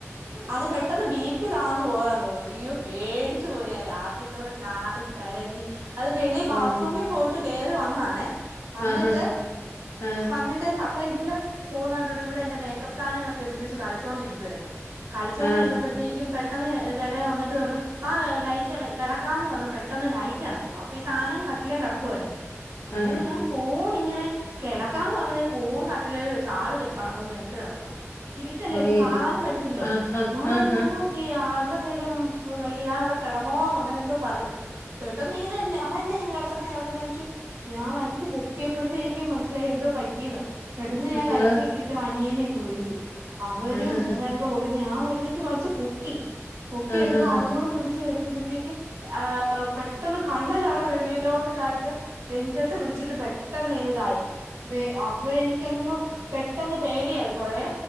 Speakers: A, on the right; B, on the left.
A: അത് പെട്ടി പെട്ടെന്ന് ബി പി തന്നു പോയാന്ന് തോന്നുന്ന യ്യോ പേടിച്ചു പോയ രാത്രി കിടന്ന് കാറി കരഞ്ഞ് അത് വെളി
B: ആഹ്
A: ബാത്റൂമിൽ പോയിട്ട് കയറി വന്നണേ വന്നിട്ട്
B: ആഹ് ആഹ്
A: അന്നിട്ട്‌ പ്പൈ ഇബണ പോ ന <unintelligible> ഇവൾ എന്റെ മേക്കപ്പ് സാധങ്ങളൊക്കെ എടുത്തുവെച്ച് കളിച്ചു കൊണ്ടിരിക്കുകയായിരുന്നു കളിചോണ്ടിരുന്നപ്പോഴത്തേക്കും
B: ആഹ്
A: പേ പെട്ടെന്ന് ചേട്ടയി വന്നിട്ട് പറഞ്ഞു ആ ലൈറ്റ് ആണയി കിടക്കാന്ന് പറഞ്ഞു പെട്ടെന്ന് ലൈറ്റ് ആണച്ചു ഈ സാധനം കട്ടിലേ കിടക്കുയിരുന്നു അന്നേരം
B: ആഹ്
A: ഞാൻ ഇങ്ങനെ കിടക്കാന്ന് പറഞ്ഞ ഫോൺ കട്ടിലൽ വെച്ച ആൾ തെ പോണു കിടക്കുമ്പോൾ നിലത്തു കിടക്കണം ഇരിട്ടല്ലേ
B: ഓയ്
A: ഒന്നും കാണാനും പറ്റത്തില്ലോ
B: ആഹ് ആഹ്
A: എന്ന പറ്റി
B: ആഹ്
A: പിന്നെ കേക്കാണത് വയ്യ ഞാൻ ഇവിടെ കിടന്നോളാന്ന് അങ്ങനെ എന്തോ പറഞ്ഞു പെട്ടെന്ന് നീ തന്നെ കെടക്കുന്ന ഞാൻ വലുച്ചു പൊക്കിയപ്പോഴത്തേക്കും മനസ്സിലായി എന്തോ പറ്റിയന്ന് പെട്ടെന്ന് ഞാൻ
B: ആഹ്
A: ലൈറ്റ് ഇട്ടു അനിയനെയൊക്കെ വിളിച്ചു അവനും
B: ആഹ്
A: വേഗം ഓടി വന്നു ഞാൻ ഒരു വിധത്തിൽ വലിച്ചു പൊക്കി പൊക്കിഎടുത്തപ്പോ
B: ആഹ് ആഹ്
A: അവനൂടെ പിടിചച്ച് എടുത്തു എടുത്തപ്പോഴേക്കും ആ പെട്ടെന്ന് കണ്ണല്ല വെളിയിലോട്ട് ഇതായിട്ട് നെഞ്ചത്ത് പിടിച്ചിട്ട് പെട്ടെന്നു പെട്ടെന്ന് ഇങ്ങനെയായി വേഗം അപ്പൊ എനിക്കങ്ങ് പെട്ടന്ന് പേടിയായിപ്പോയെ